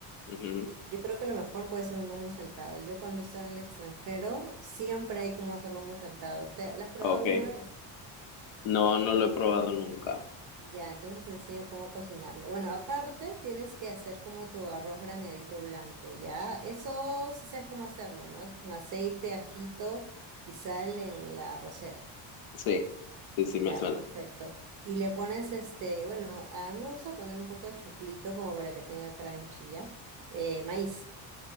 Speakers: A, on the left; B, on the right.
A: Ujú.
B: Yo creo que lo mejor puede ser un lomo saltado. Yo cuando estaba en el extranjero, siempre hay como hacer lomo saltado. ¿Te, las has probado
A: Ok,
B: alguna vez?
A: no, no lo he probado nunca.
B: Ya, entonces te enseño cómo cocinarlo. Bueno, aparte tienes que hacer como tu arroz graneadito blanco, ¿ya? Eso sí sabes cómo hacerlo, ¿no? Es con aceite, ajito y sal en la arrocera.
A: Sí, sí, sí,
B: Ya,
A: me suena.
B: perfecto. Y le pones este, bueno, a mí me gusta poner un poco de choclito como para que tenga crunchy, ¿ya? Eh, maíz,